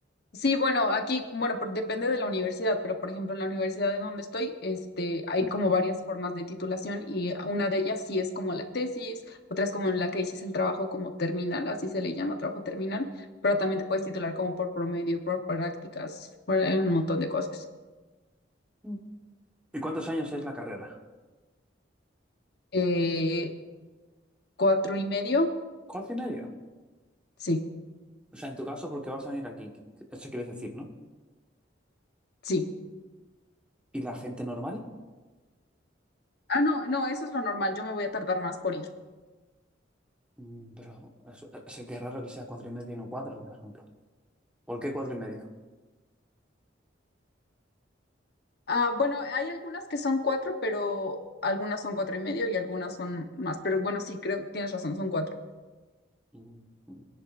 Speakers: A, on the left; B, in the centre.
A: Sí, bueno, aquí, bueno, por- depende de la universidad, pero por ejemplo, en la universidad en donde estoy, este, hay como varias formas de titulación y una de ellas sí es como la tesis, otra es como la que dices el trabajo como terminal, así se le llama trabajo terminal, pero también te puedes titular como por promedio, por prácticas, por un montón de cosas.
B: Ujú. ¿Y cuántos años es la carrera?
A: Eh, cuatro y medio,
B: ¿Cuatro y medio?
A: sí,
B: O sea, en tu caso, porque vas a venir aquí, qu- eso quieres decir, ¿no?
A: sí.
B: ¿Y la gente normal?
A: Ah, no, no, eso es lo normal, yo me voy a tardar más por ir.
B: Mm, Pero eso, eso que es raro que sea cuatro y medio y no cuatro, por ejemplo. ¿Por qué cuatro y medio?
A: Ah, bueno, hay algunas que son cuatro, pero algunas son cuatro y medio y algunas son más. Pero bueno, sí, creo que tienes razón, son cuatro.
B: Mm, mm.